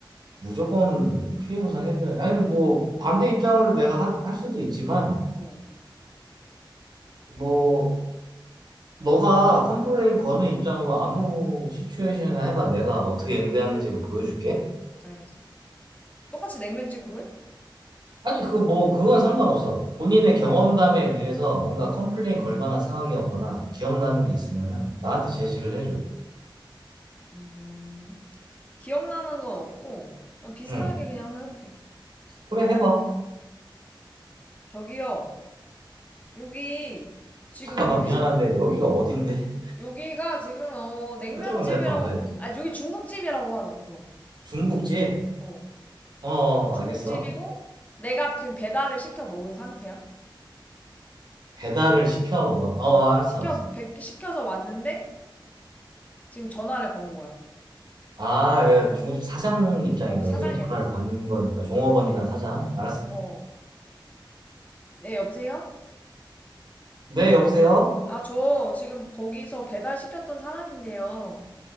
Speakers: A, on the right (about 55°); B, on the left (about 15°).
A: 무조건 피해 보상해줘야지. 아니, 뭐,
B: 도-
A: 반대 입장을 내가 하- 할 수도 있지만,
B: 어,
A: 뭐, 너가 컴플레인 거는 입장으로 아무 시츄에이션이나 해봐. 내가 어떻게 응대하는지를 보여줄게.
B: 알겠어. 똑같이 냉면집으로 해?
A: 아니, 그 뭐, 그건 상관없어. 본인의 경험담에 의해서 뭔가 컴플레인 걸 만한 상황이었거나 기억나는 게 있으면은 나한테 제시를 해줘.
B: 음, 기억나는 건 없고, 그냥 비슷하게
A: 응.
B: 그냥 한번 해볼게.
A: 그래, 해봐.
B: 저기요. 여기 지금
A: 잠깐만,
B: 음식
A: 미안한데, 여기가 어딘데?
B: 여기가 지금 어 냉면집이라고
A: <laughs> 설정은 내가 더 알아야지.
B: 아 여기 중국집이라고 하자 그럼
A: 중국집?
B: 어
A: 어, 어,
B: 중국집이고
A: 알겠어.
B: 내가 지금 배달을 시켜 먹은 상태야
A: 배달을 시켜 먹었, 어, 알았어,
B: 시켜
A: 알았어.
B: 배, 시켜서 왔는데 지금 전화를 건 거야
A: 아, 얘
B: 지금,
A: 중국집 사장 입장인
B: 어
A: 거지?
B: 사장이야
A: 전화를
B: 사장
A: 받는 거니까, 종업원이나 사장. 알았어.
B: 어어네 여보세요
A: 네, 여보세요?
B: 아 저 지금 거기서 배달 시켰던 사람인데요